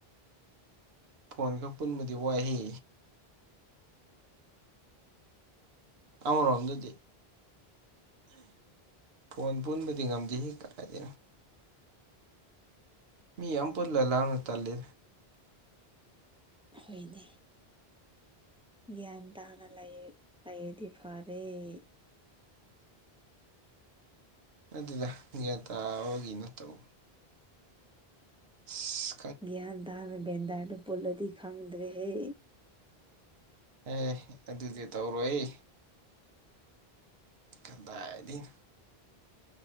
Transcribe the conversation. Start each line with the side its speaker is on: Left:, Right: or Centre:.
Right: ꯐꯣꯟ ꯈꯔ ꯄꯨꯟꯕꯗꯤ ꯋꯥꯏꯍꯦ ꯇꯕꯔꯣ ꯔꯣꯝꯗꯗꯤ ꯐꯣꯟ ꯄꯨꯟꯕꯗꯤ ꯉꯝꯗꯦ ꯍꯦ ꯀꯥꯏꯗꯩꯅꯣ ꯃꯤ ꯑꯝꯄꯨꯜꯂ ꯂꯥꯡꯉ ꯇꯜꯂꯤ
Centre: ꯑꯍꯣꯏꯗꯦ ꯭ꯌꯥꯟ ꯇꯥꯅꯥ ꯂꯥꯏ ꯂꯩꯑꯗꯤ ꯐꯔꯩ
Right: ꯑꯗꯨꯗ ꯒ꯭ꯌꯥꯟ ꯇꯥꯕꯒꯤ ꯅꯠꯇꯧ ꯁꯨ
Centre: ꯒ꯭ꯌꯥꯟ ꯇꯅ ꯕꯦꯗꯥꯔꯗ ꯄꯨꯜꯂꯗꯤ ꯈꯪꯗ꯭ꯔꯦꯍꯦ
Right: ꯑꯦ ꯑꯗꯨꯗꯤ ꯇꯧꯔꯣꯏꯋꯦ ꯀꯗꯥꯢꯗꯩꯅꯣ